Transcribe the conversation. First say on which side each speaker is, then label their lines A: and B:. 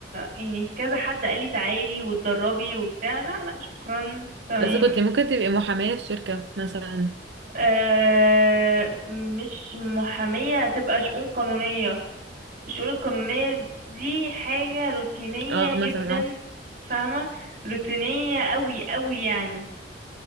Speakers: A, on the right; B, on the right.
A: يعني كذا حد قال لي تعالي واتدربي وبتاع لا لا شكرا تمام
B: بس كنت ممكن تبقي محامية في شركة مثلا
A: آه مش محامية هتبقى شؤون قانونية الشؤون القانونية دي حاجة روتينية
B: اه مثلا
A: جدا
B: اه
A: فاهمة روتينية قوي قوي يعني